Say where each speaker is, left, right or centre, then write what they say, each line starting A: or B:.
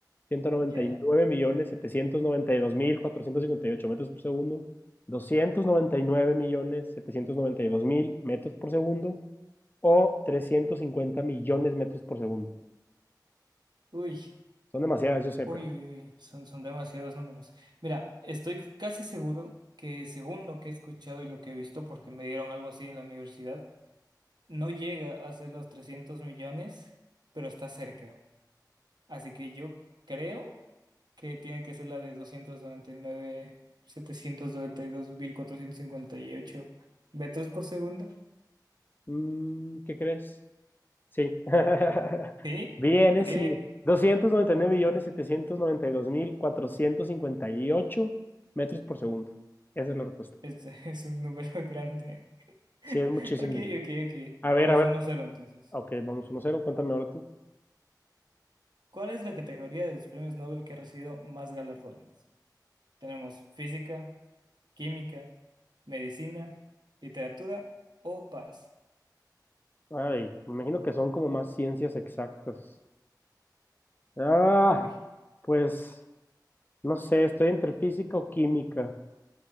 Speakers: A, on the left (about 25°); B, on the right (about 75°).
A: ciento noventa
B: Ya.
A: y nueve millones 792 mil 458 metros por segundo, 299 millones 792 mil metros por segundo o 350 millones metros por segundo.
B: Uy,
A: Son demasiadas, yo sé,
B: uy,
A: pero
B: uy, uy. Son, son demasiados números. Mira, estoy casi seguro que según lo que he escuchado y lo que he visto, porque me dieron algo así en la universidad. No llega a ser los 300 millones, pero está cerca. Así que yo creo que tiene que ser la de doscientos noventa noventa y y nueve, setecientos noventa y dos mil cuatrocientos cincuenta y ocho metros por segundo.
A: mm, ¿qué crees? Sí. <laughs>
B: ¿Sí?
A: Vienes
B: Ok,
A: y 299
B: ok.
A: millones 792 mil 458 metros por segundo. Esa es la respuesta.
B: Este <laughs> es un número grande. <laughs>
A: Sí, es muchísimo.
B: Ok, ok, ok.
A: A
B: Vamos
A: ver, a ver.
B: 1 cero entonces.
A: Ok, vamos uno cero. Cuéntame ahora tú.
B: ¿Cuál es la categoría de los premios Nobel que ha recibido más galardones? Tenemos física, química, medicina, literatura o paz.
A: Ay, me imagino que son como más ciencias exactas. Ah,
B: Uy,
A: pues no sé, estoy entre física o química.